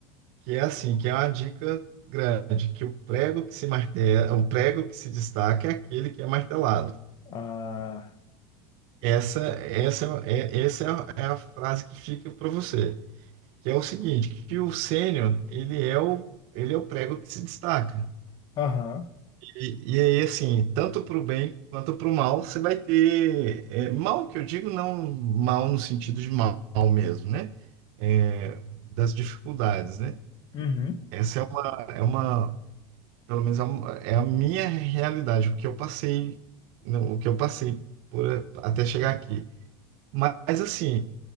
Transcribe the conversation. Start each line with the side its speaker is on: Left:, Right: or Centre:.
Right: Que é assim, que é uma dica grande, que o prego que se martela, o prego que se destaca é aquele que é martelado.
Left: Ah,
Right: Essa, essa é, é, essa é a é a frase que fica para você. que é o seguinte, que o sênior, ele é o, ele é o prego que se destaca.
Left: aham,
Right: E, e aí, assim, tanto para o bem quanto para o mal, você vai ter... é, mal que eu digo, não mal no sentido de mal mesmo, né? É, das dificuldades, né?
Left: uhum,
Right: Essa é uma, é uma, pelo menos é, uma- é a minha realidade, o que eu passei, não, o que eu passei por, até chegar aqui. Mas, assim,